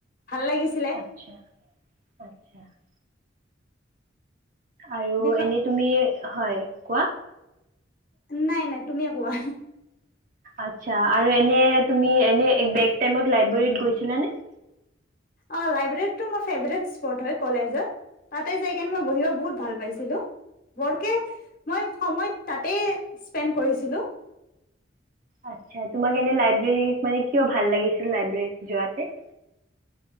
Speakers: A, on the left; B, on the right.
A: ভাল লাগিছিল।
B: <inaudible> আৰু
A: বিষ
B: এনে তুমি হয়। কোৱা?
A: নাই নাই তুমিয়ে কোৱা।
B: আচ্ছা আৰু এনে তুমি এনে বেক টাইমত লাইব্ৰেৰীত গৈছিলা নে?
A: অ' লাইব্ৰেৰীত মোৰ ফেভৰেট স্পট হয় কলেজে। তাতে যাই কিনে মই বহিব বহুত ভাল পাইছিলোঁ। বৰকে মই সময় তাতে স্পেণ্ড কৰিছিলোঁ।
B: আচ্ছা, তোমাক এনে লাইব্ৰেৰীত মানে কিয় ভাল লাগিছিল লাইব্ৰেৰীত যোৱাতে?